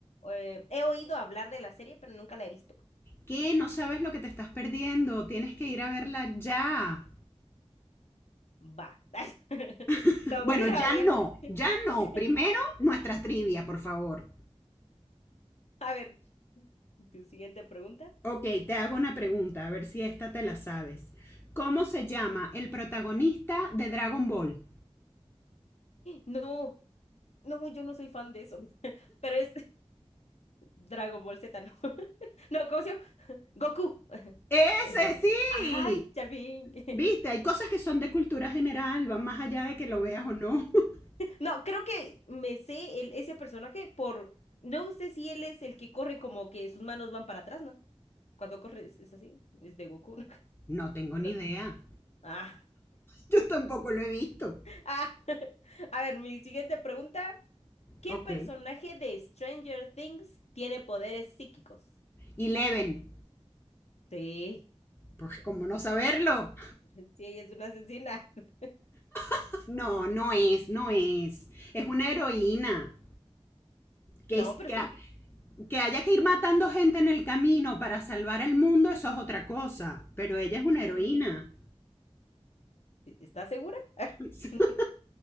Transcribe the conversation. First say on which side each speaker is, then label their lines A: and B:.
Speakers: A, on the left; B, on the left.
A: eh, he oído hablar de la serie, pero nunca la he visto.
B: ¿Qué? No sabes lo que te estás perdiendo, tienes que ir a verla ya.
A: Va. <laughs>
B: <laughs>
A: La
B: Bueno,
A: voy a ir
B: ya
A: a ver.
B: no,
A: <laughs>
B: ya no. Primero, nuestra trivia, por favor.
A: A ver, tu siguiente pregunta.
B: Ok, te hago una pregunta, a ver si esta te la sabes. ¿Cómo se llama el protagonista de Dragon Ball?
A: No, No, yo no soy fan de eso. <laughs> Pero es Dragon Ball Z, no. <laughs> No, ¿cómo se llama? Goku. <laughs>
B: Ese
A: Es Goku.
B: sí.
A: Ay, ya al fin. <laughs>
B: Viste, hay cosas que son de cultura general, van más allá de
A: Sí.
B: que lo veas o no. <laughs>
A: No, creo que me sé el, ese personaje por. No sé si él es el que corre como que sus manos van para atrás, ¿no? Cuando corre es, es así. Es de Goku, ¿no? <laughs>
B: No tengo
A: No.
B: ni idea.
A: Ah,
B: Yo tampoco lo he visto.
A: ah. <laughs> A ver, mi siguiente pregunta. ¿Qué
B: Ok.
A: personaje de Stranger Things tiene poderes psíquicos?
B: Eleven.
A: Sí.
B: Pues como no saberlo.
A: <laughs> Sí, ella es una asesina. <laughs>
B: <laughs> No, no es, no es. Es una heroína. Que,
A: No,
B: es-
A: pero
B: que,
A: sí.
B: ha- que haya que ir matando gente en el camino para salvar el mundo, eso es otra cosa. Pero ella es una heroína.
A: ¿Estás segura? <laughs>
B: <laughs>